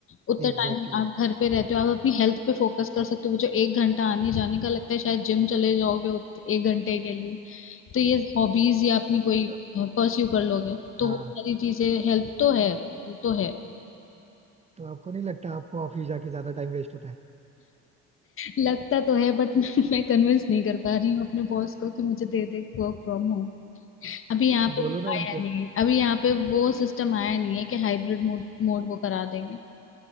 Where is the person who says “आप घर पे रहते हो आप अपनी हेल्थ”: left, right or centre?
Left